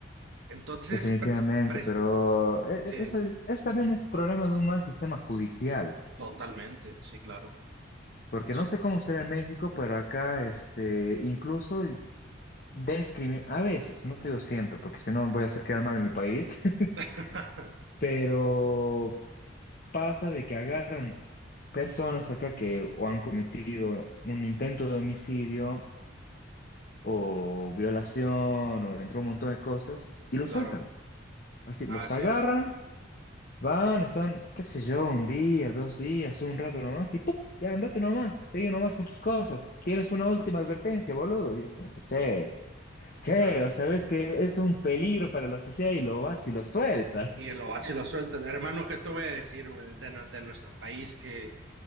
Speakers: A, on the right; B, on the left.
A: Entonces,
B: Definitivamente,
A: pres- pres-
B: pero e-
A: sí,
B: e- eso, eso también es problema de un mal sistema judicial,
A: totalmente, sí, claro.
B: porque
A: Eso.
B: no sé cómo será en México, pero acá este, incluso discriminan, a veces, no te digo siempre, porque si no voy a hacer quedar mal en mi país, <laughs>
A: <laughs>
B: pero pasa de que agarran personas acá que o han cometido un intento de homicidio o violación o entre un montón de cosas y los
A: Claro,
B: sueltan. Así, los
A: ah, sí,
B: agarran
A: claro,
B: Van, están, qué sé yo, un día, dos días, un rato nomás y ¡pum! Ya andate nomás, sigue nomás con tus cosas. Tienes una última advertencia, boludo. Y es como que, che, che,
A: claro.
B: o sabes que es un peligro para la sociedad y lo vas y lo sueltas. <laughs>
A: Y lo vas y lo sueltas. Hermano, ¿qué te voy a decir, güey, de, nu- de nuestro país que...